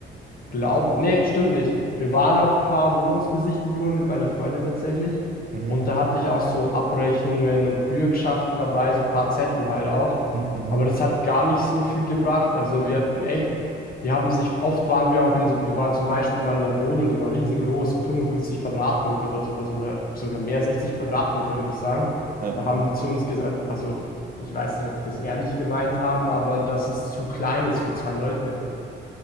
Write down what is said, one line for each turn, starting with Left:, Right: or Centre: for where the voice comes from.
Left: Glaub, nee, stimmt nicht. Wir waren auf ein paar Wohnungsbesichtigungen mit meiner Freundin tatsächlich.
Right: Mhm.
Left: Und da hatte ich auch so Abrechnungen und Bürgschaften dabei, so ein paar Zettel halt auch.
Right: Mhm. Mhm.
Left: Aber das hat gar nicht so viel gebracht. Also wir hatten echt, die haben sich, oft waren wir auch in so, wir waren zum Beispiel mal in einer Wohnung, die war riesengroß, so 55 Quadratmeter oder sowas oder sogar mehr, 60 Quadratmeter würde ich sagen.
Right: Ja.
Left: Da haben die zu uns gesagt, also ich weiß nicht, ob die das ehrlich gemeint haben, aber dass es zu klein ist für zwei Leute.